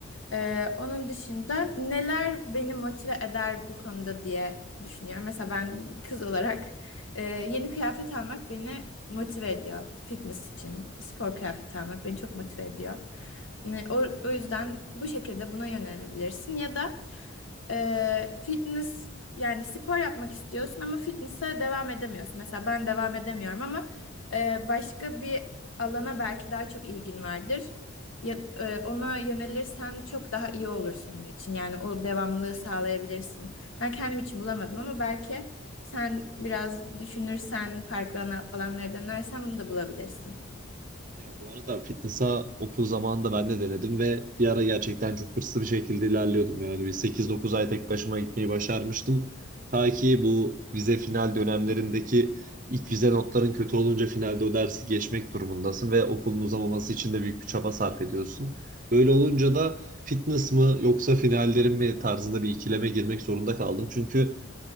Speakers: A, on the left; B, on the right.
A: Ee, onun dışında neler beni motive eder bu konuda diye düşünüyorum. Mesela ben bir kız olarak e, yeni kıyafet almak beni motive ediyor. Fitness için spor kıyafeti almak beni çok motive ediyor. Yani o, o yüzden bu şekilde buna yönelebilirsin. Ya da e, fitness yani spor yapmak istiyorsun ama fitness'e devam edemiyorsun. Mesela ben devam edemiyorum ama e, başka bir alana belki daha çok ilgin vardır. Ya, e, ona yönelirsen çok daha iyi olur senin için. Yani o devamlılığı sağlayabilirsin. Ben kendim için bulamadım ama belki sen biraz düşünürsen, farklı ana- alanları denersen bunu da bulabilirsin.
B: Ya bu arada fitness'a okul zamanında ben de denedim ve bir ara gerçekten çok hırslı bir şekilde ilerliyordum. Yani bir 8-9 ay tek başıma gitmeyi başarmıştım. Ta ki bu vize final dönemlerindeki ilk vize notların kötü olunca finalde o dersi geçmek durumundasın ve okulun uzamaması için de büyük bir çaba sarf ediyorsun. Böyle olunca da fitness mı yoksa finallerin mi tarzında bir ikileme girmek zorunda kaldım. Çünkü